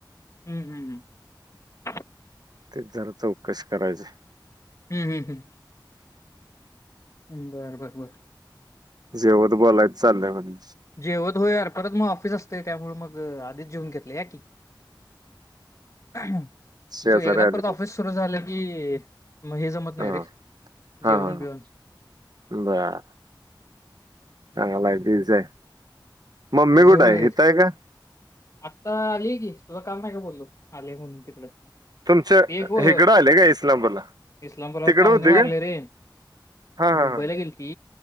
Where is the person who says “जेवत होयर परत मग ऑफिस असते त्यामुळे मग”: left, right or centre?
Left